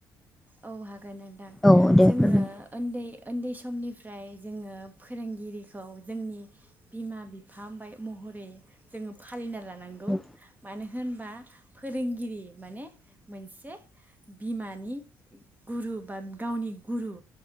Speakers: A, on the right; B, in the centre.
A: औ हा गोन नोंथां
B: औ दे
A: जोङो
B: फोरमाय
A: ओन्दै ओन्दै समनि फ्राय जोङो फोरोंगिरिखौ जोंनि बिमा बिफा ओमबाय महर बे जोङो फालिना ला नांगौ
B: उम
A: मानो। होनबा फोरोंगिरि माने मोनसे बिमानि गुरु बा गावनि गुरु